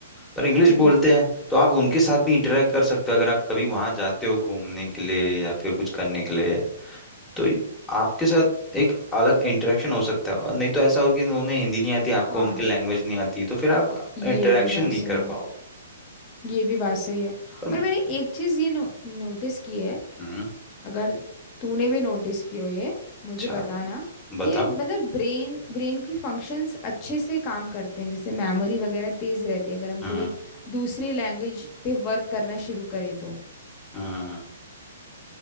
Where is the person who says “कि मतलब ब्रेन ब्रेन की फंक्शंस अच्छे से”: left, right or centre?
Left